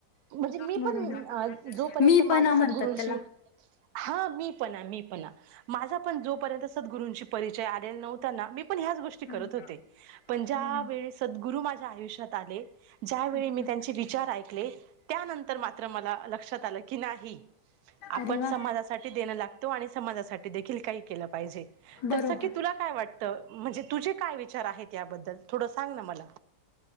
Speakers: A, on the right; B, on the left.
A: म्हणजे मी
B: बरोबर
A: पण जोपर्यंत
B: मी
A: माझ
B: पण म्हणतात
A: सदगुरूशी
B: त्याला
A: हा मी पण मी पण माझा पण जोपर्यंत सद्गुरूंशी परिचय आलेला नव्हताना मी पण ह्याच गोष्टी करत
B: हा
A: होते पण
B: हा
A: ज्या वेळी सदगुरु माझ्या आयुष्यात ज्यावेळी
B: अच्छा
A: मी त्यांचे विचार ऐकले त्यानंतर मात्र मला लक्षात आलं की नाही. आपण
B: अरे वा
A: समाजासाठी देणं लागतो आणि समाजासाठी दे काही केलं पायजे.
B: बरोबर
A: तर सखे तुला काय वाटतं, म्हणजे तुझे काय विचार आहेत याबद्दल थोडं सांग ना मला.